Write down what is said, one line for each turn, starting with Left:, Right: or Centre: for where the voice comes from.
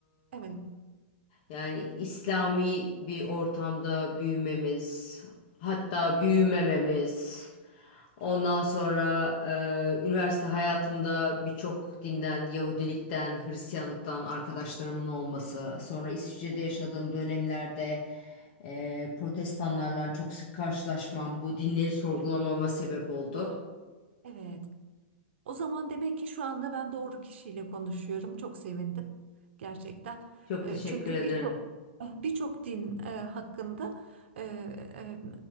Right: evet.
Left: Ee, yani İslami bir ortamda büyümemiz, hatta büyümememiz. Ondan
Right: Evet.
Left: sonra e, üniversite hayatımda birçok dinden, Yahudilikten, Hristiyanlıktan arkadaşlarımın olması. Sonra İsviçre'de
Right: Evet,
Left: yaşadığım dönemlerde e, protestanlarla çok sık karşılaşmam bu dinleri sorgulamama
Right: evet,
Left: sebep oldu.
Right: evet. O zaman demek ki şu anda ben doğru kişiyle konuşuyorum. Çok sevindim gerçekten.
Left: Çok
Right: E,
Left: teşekkür
Right: Çünkü
Left: ederim.
Right: birçok eh, birçok din e, hakkında e, e,